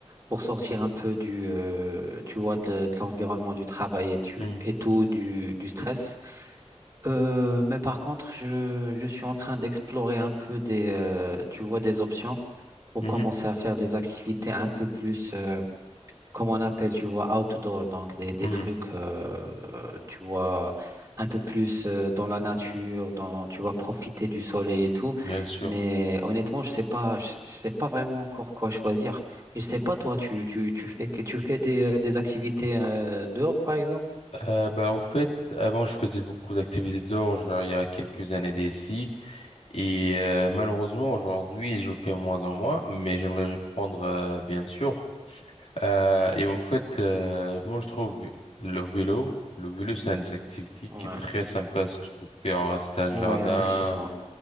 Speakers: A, on the right; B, on the left.
A: pour sortir un peu du, euh, tu vois, de, de l'environnement du travail et, tu,
B: mhm,
A: et tout, du, du stress. Euh, mais par contre, je, je suis en train d'explorer un peu des, euh, tu vois, des options pour
B: mhm,
A: commencer à faire des activités un peu plus. euh, comme on appelle, tu vois, outdoor, donc des, des
B: mhm.
A: trucs, euh, tu vois, un peu plus euh, dans la nature, dans, tu vois, profiter du soleil et tout.
B: Bien sûr.
A: Mais honnêtement, je sais pas, je, je sais pas vraiment encore quoi choisir. Et je sais pas, toi, tu, tu, tu fais, que- tu fais des, euh, des activités euh, dehors, par exemple?
B: Euh, bah, au fait, avant, je faisais beaucoup d'activités dehors, genre, il y a quelques années d'ici. Et euh, malheureusement, aujourd'hui, je fais moins en moins, mais j'aimerais reprendre, euh, bien sûr. Euh, et en fait, euh, moi, je trouve le vélo, le vélo, c'est une des activités
A: Ouais,
B: qui est très sympa. Si tu peux le faire, euh, si t'as un jardin,
A: ouais, effectivement.